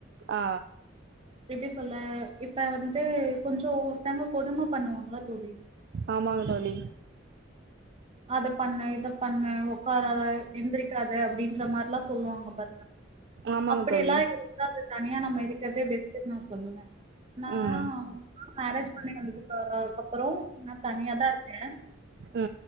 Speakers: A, on the right; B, on the right.
A: ஆ
B: எப்டி சொல்ல இப்ப வந்து கொஞ்சோ ஒருத்தங்க கொடும பண்ணுவாங்கள தோழி
A: ஆமாங்க தோழி
B: அத பண்ணு இது பண்ணு உக்காராத எந்திரிக்காத அப்டின்ற மார்ல்லா சொல்லுவாங்க பாருங்க
A: ஆமாங்க
B: அப்டியெல்லா
A: தோழி
B: இருந்தா அது தனியா நம்ம இருக்குறதே பெஸ்டுன் நா சொல்லுவ நா
A: ம்
B: மேரேஜ் பண்ணி வந்ததுக்க கப்பறோ நா தனியாதா இருக்கே
A: அ